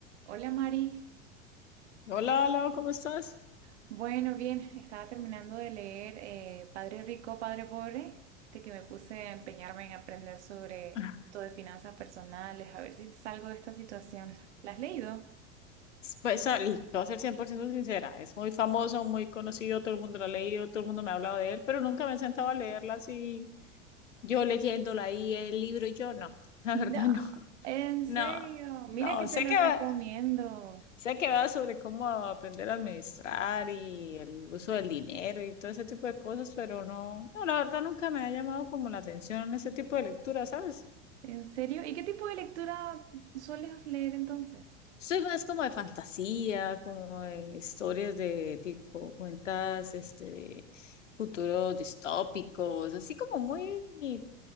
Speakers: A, on the right; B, on the left.
A: Hola Mari.
B: Hola, Lau, ¿cómo estás?
A: Bueno, bien, estaba terminando de leer eh, Padre Rico, Padre Pobre, este que me puse a empeñarme en aprender sobre
B: Ah,
A: todo de finanzas personales, a ver si salgo de esta situación. ¿La has leído?
B: Pues, al- te voy a ser 100% sincera, es muy famoso, muy conocido, todo el mundo lo ha leído, todo el mundo me ha hablado de él, pero nunca me he sentado a leerla así, yo leyéndola ahí, el libro y yo, no, <laughs> la
A: No.
B: verdad no,
A: En
B: no,
A: serio, mira
B: no,
A: que
B: sé
A: te lo
B: que va,
A: recomiendo.
B: sé que va sobre cómo aprender a administrar y el uso del dinero y todo ese tipo de cosas, pero no, no, la verdad nunca me ha llamado como la atención ese tipo de lectura, ¿sabes?
A: En serio, ¿y qué tipo de lectura sueles leer entonces?
B: Soy más como de fantasía, como de historias de tipo cuentas, este, futuros distópicos, así como muy